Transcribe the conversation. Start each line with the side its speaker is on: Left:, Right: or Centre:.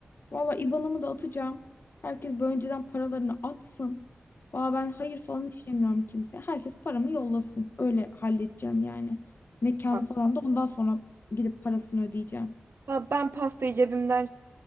Left: Valla IBAN'ımı da atacağım. Herkes böyle önceden paralarını atsın. Valla ben hayır falan işlemiyorum kimseye. Herkes paramı yollasın. Öyle halledeceğim yani. Mekanı
Right: Hatta
Left: falan da ondan sonra gidip parasını ödeyeceğim.
Right: ben pastayı cebimden